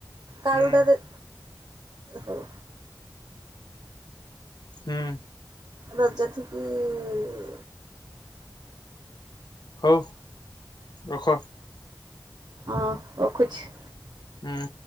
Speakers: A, on the right; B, on the left.
A: କାଳୁଟା
B: ହୁଁ
A: ଦେ ହଉ
B: ହୁଁ।
A: ରଜ ଠିକି-ଇ-ଇ
B: ହଉ ରଖ।
A: ଅଁ ରଖୁଛି।
B: ହୁଁ।